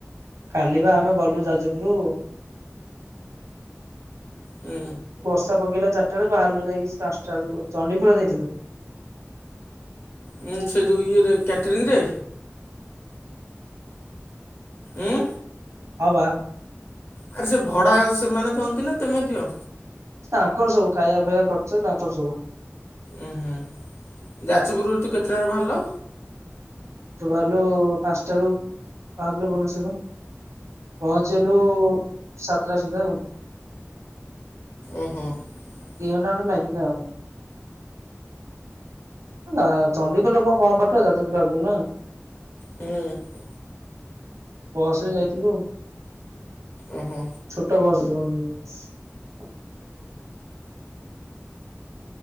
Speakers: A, on the right; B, on the left.
A: କାଲି ବା ଆମେ ଗଲୁ ଯାଜପୁରୁ
B: ହୁଁ
A: ବର୍ଷା ପକେଇଲା ଚାରିଟା ଅଳୁ ବାହାରଲୁ ଯାଇକି ପାଁଶଟା ଅଳୁକୁ ଚଣ୍ଡିଖୋଲ ଯାଇଥିଲୁ।
B: ଉଏ ସେଇ ଯୋଉ ଇଏରେ କ୍ୟାଟରିଗ୍ ରେ। ଉଁ
A: ହବା <unintelligible>
B: ଆରେ ସେ ଭଡ଼ା ସେମାନେ ଦିଅନ୍ତି ନା, ତମେ ଦିଅ
A: ତାଙ୍କର ସବୁ, ଖାଇବା ଫାୟା ଖର୍ଚ ତାଙ୍କର ସବୁ
B: ଉ ହୁଁ ଯାଜପୁରରୁ ତୁ କେତେବେଳେ ବାହାରିଲ?
A: ତ ବାହାରିଲୁ ପାଞ୍ଚଟାରୁ, ବାହାରିଲୁ ଭୁବନେଶ୍ୱର ରୁ ପହଞ୍ଚି ଗଲୁ, ସାତଟା ସୁଧା ଆଉ
B: ଓ ହୋ <unintelligible>
A: ଦି ଘଣ୍ଟା ଖଣ୍ଡେ ଲାଗିଲା ଆଉ ନା ଚଣ୍ଡିଖୋଲ କଣ କମ୍ ବାଟ, ଯାଜପୁରୁ ଆଗକୁ ନା
B: ହୁଁ <unintelligible>
A: ବସ ରେ ଯାଇଥିଲୁ,
B: ଓହୋ
A: ଛୋଟ ବସ <unintelligible>